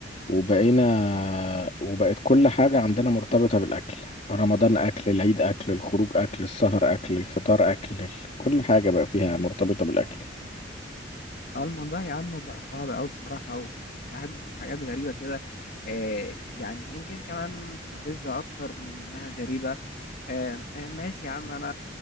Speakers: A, on the left; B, on the left.
A: وبقينا وبقت كل حاجة عندنا مرتبطة بالأكل رمضان أكل العيد أكل الخروج أكل السهر أكل الفطار أكل ال- كل حاجة بقى فيها مرتبطة بالأكل
B: اه الموضوع يا عم بقى صعب قوي بصراحة ويعني الواحد بيشوف حاجات غريبة كده آه يعني يمكن كمان مستفزة أكتر من إنها غريبة آه آه، ماشي يا عم أنا